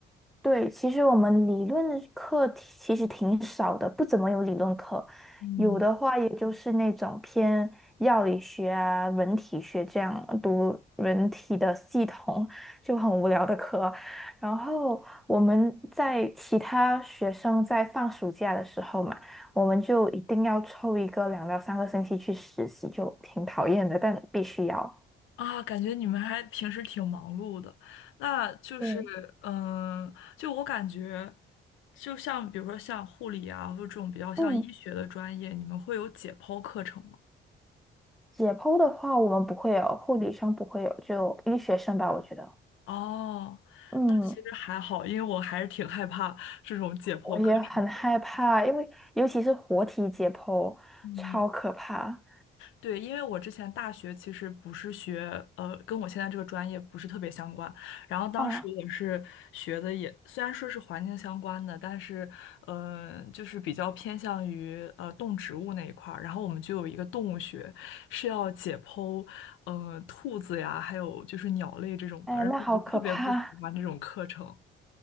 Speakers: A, in the centre; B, on the left (about 80°).
A: 对，其实我们理论的课题其实挺少的，不怎么有理论课，
B: 嗯。
A: 有的话也就是那种偏药理学啊、人体学这样读人体的系统，就很无聊的课。然后我们在其他学生在放暑假的时候嘛，我们就一定要抽一个两到三个星期去实习，就挺讨厌的，但必须要。
B: 啊，感觉你们还平时挺忙碌的，那就是，
A: 对，
B: 嗯，就我感觉，就像比如说像护理啊，或者这种比较像医学的专业，
A: 嗯，
B: 你们会有解剖课程吗？
A: 解剖的话，我们不会有，护理上不会有，就医学生吧，我觉得。
B: 哦，
A: 嗯，
B: 那其实还好，因为我还是挺害怕这种解剖课程的。
A: 我也很害怕，因为尤其是活体解剖，
B: 嗯。
A: 超可怕。
B: 对，因为我之前大学其实不是学，呃，跟我现在这个专业不是特别相关。然后当时也是学的也，
A: 嗯，
B: 虽然说是环境相关的，但是，呃，就是比较偏向于呃动植物那一块儿。然后我们就有一个动物学，是要解剖，呃，兔子呀，还有就是鸟类这种的。
A: 哎，
B: 然后我就特别不喜欢这种课程。
A: 那好可怕。